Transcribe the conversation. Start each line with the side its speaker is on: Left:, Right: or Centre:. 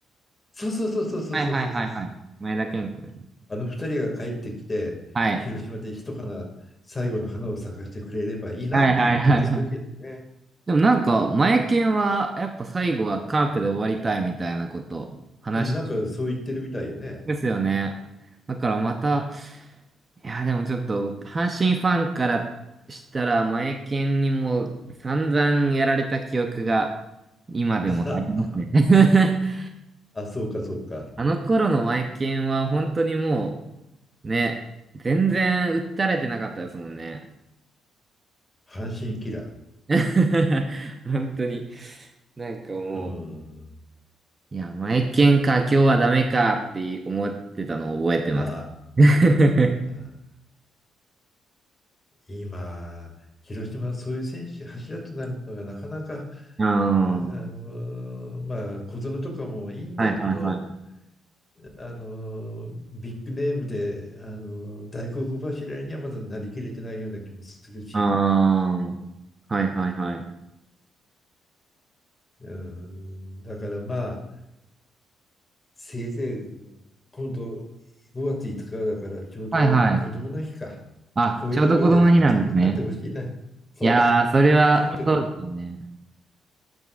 Left: そうそうそうそうそうそうそうそう。
Right: はいはいはいはい。前田健君。
Left: あの二人が帰ってきて、
Right: はい。
Left: 広島で一花、最後の花を咲かせてくれればいいなっていう気がするけどね。
Right: はいはいはいはい。でもなんか、前健は、やっぱ最後はカープで終わりたいみたいなこと話してる
Left: うん、なんかそう言ってるみたいよね。
Right: んですよね。だからまた、いや、でもちょっと、阪神ファンからしたら、前健にも散々やられた記憶が今でもありますね。
Left: <laughs>
Right: <laughs>
Left: あ、そうかそうか。
Right: あの頃のマイケンは本当にもう、ね、全然訴たれてなかったですもんね。
Left: 阪神キラ
Right: <laughs> 本当に。なんかもう、
Left: ー。うん。
Right: いや、マイケンか、今日はダメかって思ってたのを覚えてます。
Left: あ
Right: <laughs>
Left: あ。今、広島はそういう選手、柱となるのがなかなか、
Right: ああ、
Left: うあのーまあ、
Right: は
Left: 小園とかもいいんだけど、
Right: いはいはい。
Left: あのービッグネームで、あのー大黒柱にはまだなりきれてないような気もするし、
Right: ああ、はいはいはい。
Left: うん、だからまあ、せいぜい今度5月5日だからちょうど子供の日か、
Right: はいはい。あ、
Left: 鯉のぼりだし、
Right: ちょうど子供の日なんですね。
Left: ぜひ勝ってほしいな。そう。
Right: いやー、それは、
Left: 勝って、
Right: そうですよね。